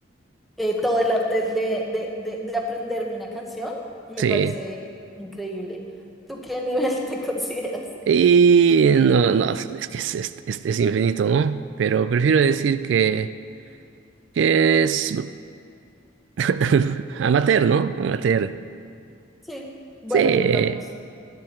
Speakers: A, in the centre; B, on the right.
A: eh, todo el arte de, de, de, de aprenderme una canción, me
B: Sí,
A: parece increíble. ¿Tú qué nivel <laughs> te consideras?
B: y no, no, es que es, es, es- es infinito, ¿no? Pero prefiero decir que, que es <laughs> amateur, ¿no? Amateur.
A: Sí, bueno,
B: Sí, es
A: yo también s-